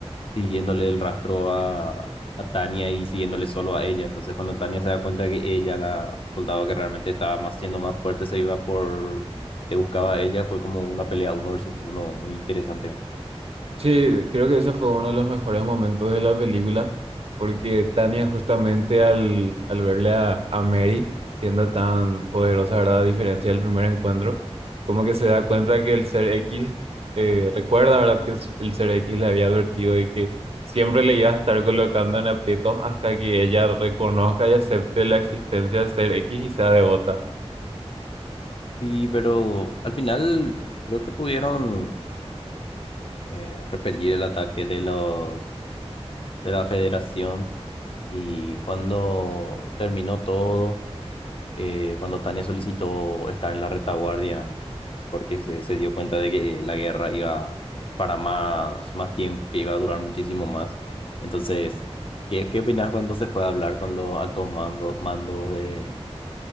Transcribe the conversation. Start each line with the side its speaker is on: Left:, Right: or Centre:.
Left: siguiéndole el rastro a, a Tania y siguiéndole solo a ella. Entonces, cuando Tania se da cuenta que ella, la soldado que realmente estaba más siendo más fuerte, se iba por, le buscaba a ella, fue como una pelea uno versus uno, muy interesante. ¿no?
Right: Sí, creo que ese fue uno de los mejores momentos de la película, porque Tania justamente al, al verle a, a Mary siendo tan poderosa, ¿verdad? A diferencia del primer encuentro, como que se da cuenta que el ser X, eh, recuerda, ¿verdad? Que el s- el ser X le había advertido de que siempre le iba a estar colocando en aprietos hasta que ella reconozca y acepte la existencia del ser X y sea devota.
Left: Sí, pero al final creo que pudieron eh, repelir el ataque de los de la Federación y cuando terminó todo. eh, cuando Tania solicitó estar en la retaguardia porque se, se dio cuenta de que la guerra iba para más, más tiempo, que iba a durar muchísimo más. Entonces, ¿qué, qué opinas cuando se fue a hablar con los altos mangos, mandos de,